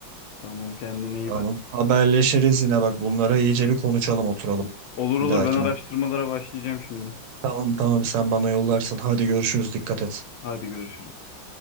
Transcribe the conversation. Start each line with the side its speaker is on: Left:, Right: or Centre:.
Left: Tamam kendine iyi
Right: Tamam.
Left: bak.
Right: Haberleşiriz yine bak bunlara iyice bir konuşalım oturalım
Left: Olur
Right: bir
Left: olur
Right: dahakine.
Left: ben araştırmalara başlayacağım şimdi.
Right: Tamam tamam sen bana yollarsın. Hadi görüşürüz. Dikkat et.
Left: Hadi görüşürüz.